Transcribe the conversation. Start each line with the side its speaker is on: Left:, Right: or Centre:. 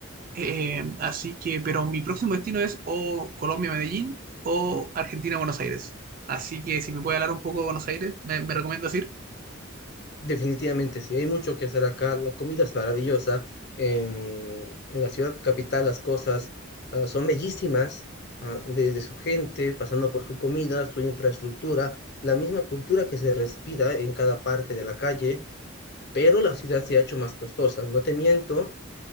Right: Eh, así que, pero mi próximo destino es o Colombia, Medellín o Argentina, Buenos Aires. Así que si me puede hablar un poco de Buenos Aires, me, me recomiendas ir.
Left: Definitivamente, sí, hay mucho que hacer acá. La comida es maravillosa. En, en la ciudad capital las cosas ah, son bellísimas, ah, desde su gente, pasando por su comida, su infraestructura, la misma cultura que se respira en cada parte de la calle, pero la ciudad se ha hecho más costosa. No te miento,